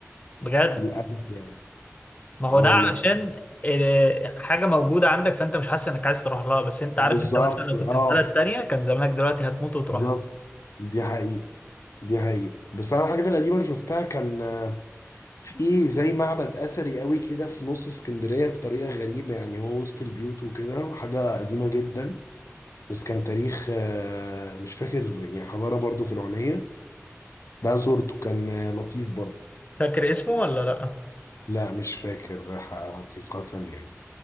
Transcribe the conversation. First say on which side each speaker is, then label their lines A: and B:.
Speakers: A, on the left (about 30°); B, on the left (about 75°).
A: بجد
B: للاسف يعني
A: ما هو
B: اه
A: ده
B: والله
A: علشان آه، حاجة موجودة عندك فأنت مش حاسس إنك عايز تروح لها بس أنت عارف
B: بالظبط
A: أنت مثلا لو
B: اه
A: كنت في بلد تانية كان زمانك دلوقتي هتموت وتروح
B: بالظبط دي حقيقه دي حقيقه بس انا الحاجات القديمه اللي شفتها كان آه، في زي معبد اثري قوي كده في نص اسكندريه بطريقه غريبه يعني هو وسط البيوت وكده وحاجه قديمه جدا بس كان تاريخ آه، مش فاكر يعني حضاره برضو فرعونيه ده زورته كان آه، لطيف برضو
A: فاكر اسمه ولا لأ؟
B: لا مش فاكر ح- حقيقه يعني